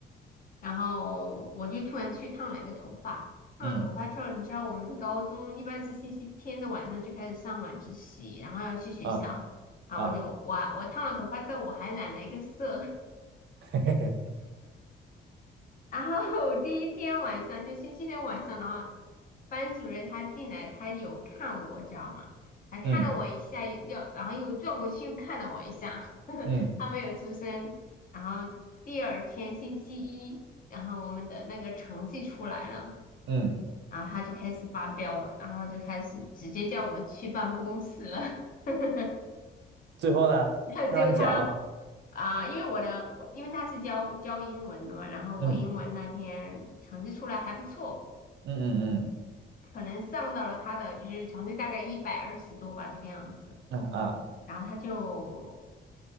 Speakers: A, on the left; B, on the right.
A: 然后我就突然去烫了一个头发，烫了头发之后，
B: 嗯
A: 你知道我们高中一般是星期天的晚上就开始上晚自习，然后要去学校，
B: 啊
A: 然后我就哇，
B: 啊，
A: 我烫了头发之后我还染了一个色，
B: <laughs> 嘿嘿嘿，
A: <laughs> 然后第一天晚上就星期天晚上，然后班主任他进来，他有看我，知道吗？还看了我一下，
B: 嗯
A: 又然后又转过去又看了我一下，<laughs>
B: 嗯
A: 他没有出声。然后第二天星期一，然后我们的那个成绩出来了。
B: 嗯，
A: 然后他就开始发飙了，然后就开始直接叫我去办公室了。<laughs>
B: 最后呢，
A: 然后结果他
B: 他让你剪了吗？
A: 啊、因为我的我因为他是教教英文的嘛，然后我英文那天成绩出来还不错，
B: 嗯嗯嗯
A: 可能上到了他的就是成绩大概一百二十多吧这个样子。
B: 嗯啊啊，
A: 然后他就